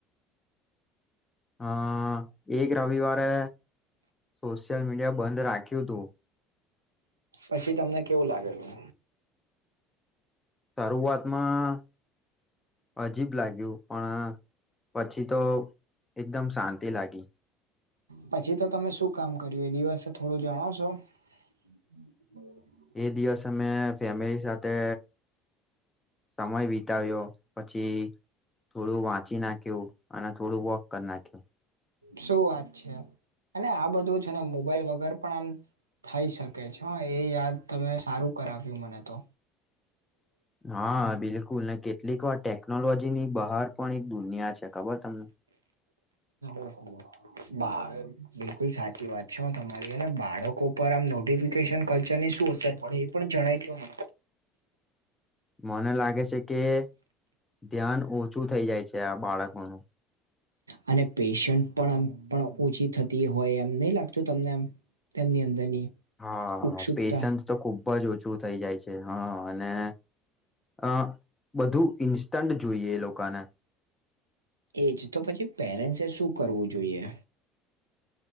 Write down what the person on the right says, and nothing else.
પછી તમને કેવું લાગેલું?
પછી તો તમે શું કામ કર્યું એ દિવસે, થોડું જણાવશો? હમ્મ.
શું વાત છે અને આ બધું છે ને મોબાઈલ વગર પણ આમ થઈ શકે છે હા, એ યાદ તમે સારું કરાવ્યું મને તો.
ઓહો બાર બિલકુલ સાચી વાત છે હા તમારી અને બાળકો પર આમ નોટિફિકેશન કલ્ચરની શું અસર પડે એ પણ જણાઈદો મને
અને પેશન્ટ પણ આ પણ ઓછી થતી હોય એમ નહી લાગતું તમને એમ તેમની અંદરની
ઉત્સુકતા
એજ તો પછી પેરેન્ટ્સે શું કરવું જોઈએ?